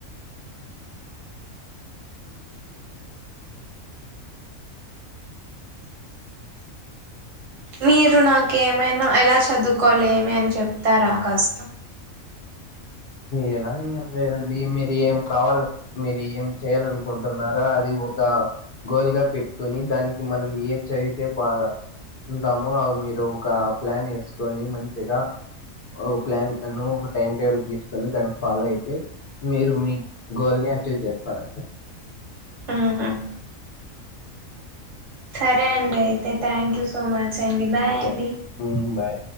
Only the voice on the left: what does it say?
ఏల ఏం లేదండి మీరు ఏం కావాలనుకుంటున్నారో మీరు ఏం చేయ్యాలనుకుంటున్నారో అది ఒక గోల్ గా పెట్టుకొని దానికి మనం ఏం చదివితే బాగా ఉంటామో అవి మీరు ఒక ప్లాన్ వేసుకొని మంచిగా ఒక ప్లాన్ అను ఒక టైం టేబుల్ తీసుకు దానికి ఫాలో అయితే మీరు మీ గోల్ ని అచీవ్ చేస్తారండి
థ్యాంక్ యూ బాయ్